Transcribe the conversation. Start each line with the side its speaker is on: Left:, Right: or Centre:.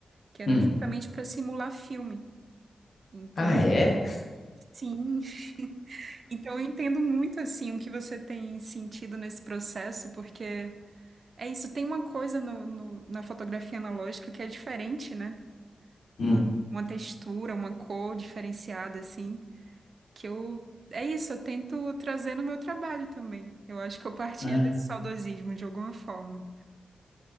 Right: que eram
Left: hum.
Right: justamente para simular filme. Então,
Left: Ah, é?
Right: sim, <laughs> então eu entendo muito assim o que você tem sentido nesse processo, porque É isso, tem uma coisa no, no- na fotografia analógica que é diferente, né?
Left: Hum.
Right: Uma, uma textura, uma cor diferenciada, assim, que eu. É isso, eu tento trazer no meu trabalho também. Eu acho que eu partilho
Left: Ah,
Right: desse saudosismo de alguma forma.